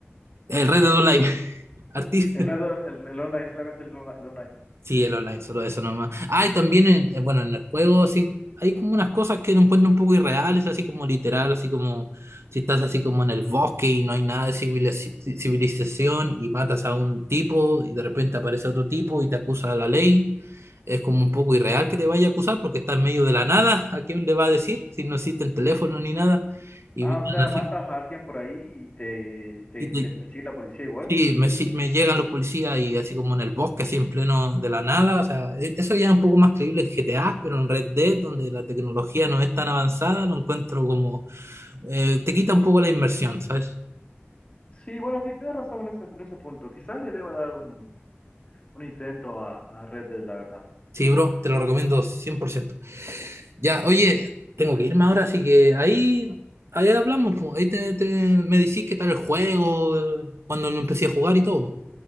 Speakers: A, on the right; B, on the left.
A: el Red Dead Online. <laughs> Arti-
B: El Red Dead, el, el online, solamente el, el online.
A: Sí, el online, solo eso nomás. Ah, y también, en, eh, bueno, en el juego sí, hay como unas cosas que lo encuentro un poco irreales, así como literal, así como si estás así como en el bosque y no hay nada de civiliz- civilización y matas a un tipo y de repente aparece otro tipo y te acusa a la ley. Es como un poco irreal que te vaya a acusar porque está en medio de la nada. ¿A quién le va a decir si no existen teléfonos ni nada? Y
B: Ah,
A: vienen
B: o sea,
A: así
B: matas a alguien por ahí y te, te,
A: y te,
B: te persigue la policía igual.
A: Sí, me, si- me llegan los policías y así como en el bosque, así en pleno de la nada. O sea, e- eso ya es un poco más creíble en GTA, pero en Red Dead, donde la tecnología no es tan avanzada, lo encuentro como... eh, te quita un poco la inmersión, ¿sabes?
B: Sí, bueno, sí, tienes razón en ese, en ese punto. Quizás le deba dar un, un intento a, a Red Dead, la verdad.
A: Sí, bro, te lo recomiendo cien por ciento Ya, oye, tengo que irme ahora, así que ahí, ahí hablamos, po. Ahí te, te- me decís qué tal el juego, eh, cuando lo empecé a jugar y todo.